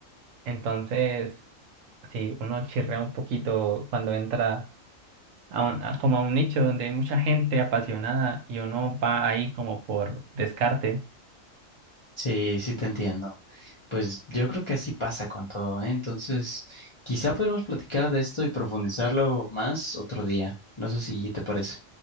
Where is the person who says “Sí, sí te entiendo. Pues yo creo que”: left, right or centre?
Left